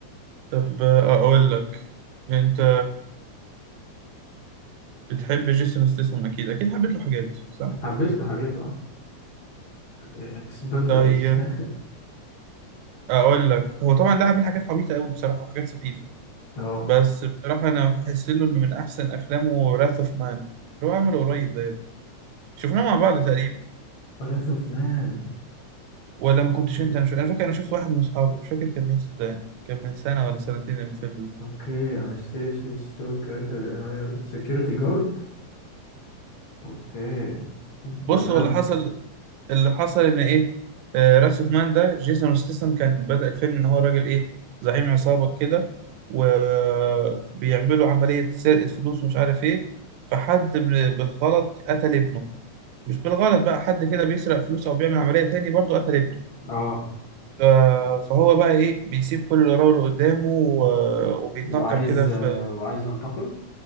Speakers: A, on the right; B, on the left.
A: طب آه، اقول لك انت بتحب جيسون ستاثام اكيد اكيد حبيت له حاجات صح
B: حبيت له حاجات اه اكسبندبلز
A: طيب
B: <laughs>
A: اقول لك هو طبعا لا عمل حاجات عبيطه قوي بصراحه وحاجات سخيفه
B: اه
A: بس بصراحه انا بحس له انه من احسن افلامه راث اوف مان اللي هو عمله قريب ده شفناه مع بعض تقريبا
B: براث اوف مان
A: ولا ما كنتش
B: اوكي
A: انت انا, شو... انا فاكر انا شفت واحد من اصحابي مش فاكر كان مين صدقني كان من سنه ولا سنتين الفيلم ده.
B: اوكي I'm a seriously stoic character that hired security guard اوكي ده
A: بص
B: ده
A: هو اللي حصل اللي حصل ان ايه آه، راس اوف مان ده جيسون ستاثام كان بدأ الفيلم ان هو راجل ايه زعيم عصابة كده وبيعملوا عملية سرقة فلوس ومش عارف ايه فحد بال- بالغلط قتل ابنه مش بالغلط بقى حد كده بيسرق فلوس او بيعمل عملية تاني برضه قتل ابنه
B: اه
A: ف- فهو بقى ايه بيسيب كل اللي وراه واللي قدامه و- وبيتنكر
B: وعايز
A: كده في
B: آه، وعايز ينتقم